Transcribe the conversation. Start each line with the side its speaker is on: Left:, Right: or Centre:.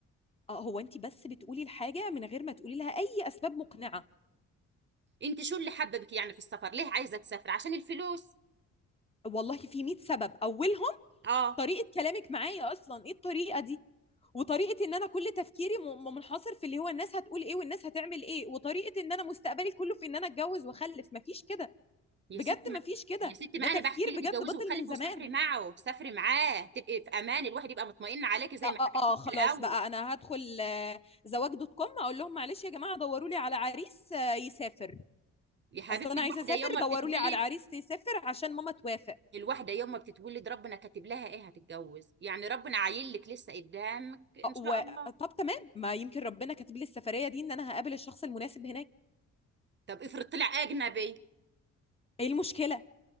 Left: اه هو انت بس بتقولي الحاجه من غير ما تقولي لها اي اسباب مقنعه
Right: انت شو اللي حببك يعني في السفر ليه عايزه تسافر عشان الفلوس
Left: والله في 100 سبب اولهم
Right: اه
Left: طريقه كلامك معايا اصلا ايه الطريقه دي وطريقه ان انا كل تفكيري م- م- منحصر في اللي هو الناس هتقول ايه والناس هتعمل ايه وطريقه ان انا مستقبلي كله في ان انا اتجوز واخلف مفيش كده
Right: يا
Left: بجد
Right: ستي ما...
Left: مفيش كده
Right: يا ستي
Left: ده
Right: ما انا
Left: تفكير
Right: بحكي
Left: بجد
Right: لك اتجوزي
Left: بطل
Right: وخلفي
Left: من زمان
Right: وسافري معه سافري معاه تبقي في امان الواحد يبقى مطمئن عليكي زي
Left: اه
Right: ما حكيت
Left: اه
Right: لك
Left: آه، خلاص
Right: في الاول
Left: بقى انا هدخل آه، زواج دوت كوم اقول لهم معلش يا جماعه دوروا لي على عريس آه، يسافر
Right: يا حبيبتي
Left: اصل انا
Right: الواحده
Left: عايزه اسافر
Right: يوم ما
Left: دوروا
Right: بتتولد
Left: لي على عريس يسافر عشان ماما توافق
Right: الواحده يوم ما بتتولد ربنا كاتب لها ايه هتتجوز يعني ربنا عايل لك لسه قدامك ان
Left: آه،
Right: شاء
Left: و...
Right: الله
Left: طب تمام ما يمكن ربنا كاتب لي السفريه دي ان انا هقابل الشخص المناسب هناك
Right: طب افرض طلع اجنبي
Left: ايه المشكله